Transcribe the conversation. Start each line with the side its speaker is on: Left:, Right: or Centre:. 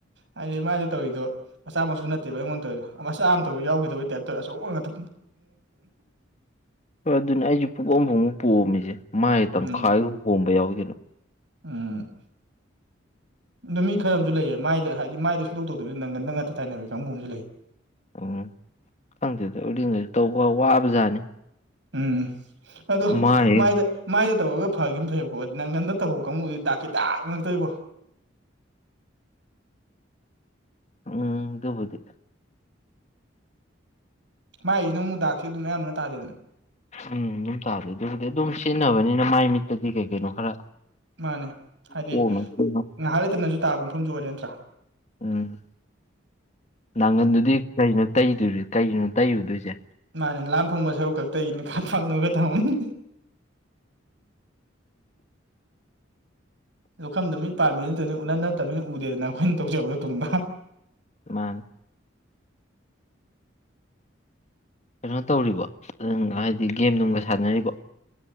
Right: ꯍꯥꯏꯗꯤ ꯃꯥꯏꯗ ꯇꯧꯋꯤꯗꯣ ꯃꯆꯥ ꯃꯁꯨ ꯅꯠꯇꯦꯕ ꯑꯩꯉꯣꯟꯗꯧꯔꯤꯗ ꯃꯆꯥ ꯑꯃꯇ ꯌꯥꯎꯈꯤꯗꯕꯩ ꯇꯥꯏꯞꯇ ꯑꯆꯧꯕ ꯉꯥꯛꯇ
Left: ꯍꯣꯏ ꯑꯗꯨꯅꯦ ꯑꯩꯁꯨ ꯄꯨꯛ ꯄꯣꯝ ꯄꯣꯝꯃꯤꯁꯦ ꯃꯥꯥꯏ ꯇꯪꯈꯥꯏ
Right: ꯎꯝ
Left: ꯃꯨꯛ ꯄꯣꯝꯕ ꯌꯥꯎꯏ ꯀꯩꯅꯣ
Right: ꯎꯝ ꯑꯗꯨ ꯃꯤ ꯈꯔ ꯑꯃꯁꯨ ꯂꯩꯌꯦ ꯃꯥꯏꯗ ꯍꯥꯏꯗꯤ ꯃꯥꯏꯗ ꯁꯨꯡꯇꯧ ꯇꯧꯇꯕꯤꯗ ꯅꯪ ꯒꯟꯗ ꯉꯥꯛꯇ ꯇꯥꯏꯅꯕꯤ ꯀꯥꯡꯕꯨ ꯑꯃꯁꯨ ꯂꯩꯌꯦ
Left: ꯎꯝ ꯈꯪꯗꯦꯗ ꯎꯔꯤꯡꯒꯁꯦꯇꯧꯕ ꯋꯥꯕ ꯖꯥꯠꯅꯤ
Right: ꯎꯝ ꯑꯗꯣ
Left: ꯃꯥꯏ
Right: ꯃꯥꯏꯗ ꯃꯥꯏꯗ ꯇꯧꯔꯒ ꯐꯈꯤꯕꯅ ꯐꯩꯕꯀꯣ ꯅꯪ ꯉꯟꯗ ꯇꯧꯍꯧꯕ ꯀꯥꯡꯕꯨꯗꯨꯗꯤ ꯗꯥꯛꯀꯤ ꯗꯥꯛ ꯉꯛꯇ ꯏꯕꯣ
Left: ꯎ ꯎꯝ ꯑꯗꯨꯕꯨꯗꯤ
Right: ꯃꯥꯏꯁꯤꯅ ꯃꯨ ꯗꯥꯥꯛꯁꯦ ꯑꯗꯨꯝ ꯑꯌꯥꯝꯕꯅ ꯇꯥꯗꯦꯗꯅ
Left: ꯎꯝ ꯌꯨꯝ ꯇꯥꯗꯦ ꯑꯗꯨꯕꯨꯗꯤ ꯑꯗꯨꯝ ꯁꯤꯖꯤꯟꯅꯕꯅꯤꯅ ꯃꯥꯏ ꯃꯤꯠꯇꯗꯤ ꯀꯩ ꯀꯩꯅꯣ ꯈꯔ
Right: ꯃꯥꯅꯦ ꯍꯥꯏꯗꯤ
Left: ꯀꯣꯛꯅꯕ
Right: ꯉꯥꯏꯍꯥꯛ ꯂꯩꯇꯅꯁꯨ ꯇꯥꯕ ꯃꯐꯝꯁꯨ ꯑꯣꯏꯔꯦ ꯅꯠꯇ꯭ꯔꯥ
Left: ꯎꯝ ꯅꯪꯒꯟꯗꯨꯗꯤ ꯀꯩꯅꯣ ꯇꯩꯗꯣꯏ ꯀꯒꯤꯅꯣ ꯇꯩꯔꯨꯗꯣꯏꯁꯦ
Right: ꯃꯥꯅꯦ ꯂꯥꯝ ꯐꯪꯕ ꯁꯔꯨꯛ ꯈꯛꯇꯩꯒꯤꯅꯤ ꯈꯥ ꯐꯪꯗꯕ ꯈꯔ ꯊꯝꯃꯝꯅꯤ ꯂꯧꯈꯝꯗ ꯃꯤꯠ ꯄꯥꯝꯃꯤ ꯅꯠꯇꯅꯤ ꯎꯅ ꯅꯠꯇꯃꯤꯅ ꯎꯗꯦꯗꯅ ꯑꯩꯈꯣꯏꯅ ꯇꯧꯖꯕꯗꯣ ꯇꯨꯡꯗ
Left: ꯃꯥꯅꯦ ꯀꯩꯅꯣ ꯇꯧꯔꯤꯕꯣ ꯑꯝ ꯍꯥꯏꯗꯤ ꯒꯦꯝ ꯅꯨꯡꯒ ꯁꯥꯟꯅꯔꯤꯕ